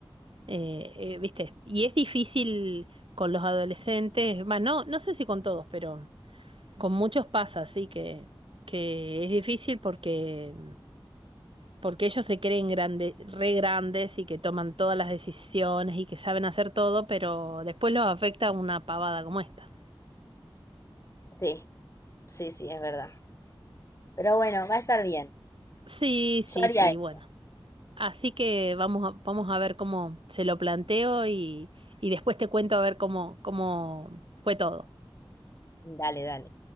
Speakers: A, on the right; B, on the left.
A: eh, eh, ¿viste? Y es difícil con los adolescentes, bueno, no, no sé si con todos, pero con muchos pasa, así que, que es difícil porque, porque ellos se creen grande, re grandes y que toman todas las decisiones y que saben hacer todo, pero después los afecta una pavada como esta.
B: Sí, sí, sí, es verdad. Pero bueno, va a estar bien.
A: Sí, sí,
B: Yo haría
A: sí,
B: eso.
A: bueno. Así que vamos a, vamos a ver cómo se lo planteo y, y después te cuento a ver cómo, cómo fue todo.
B: Dale, dale.